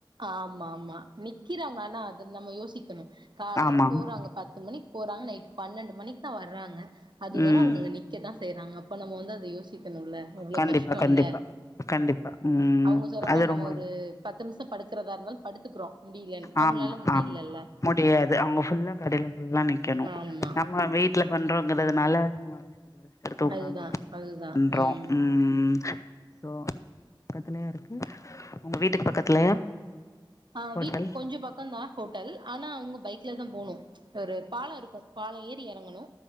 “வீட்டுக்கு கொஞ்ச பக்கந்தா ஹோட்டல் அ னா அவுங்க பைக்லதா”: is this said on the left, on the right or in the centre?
Right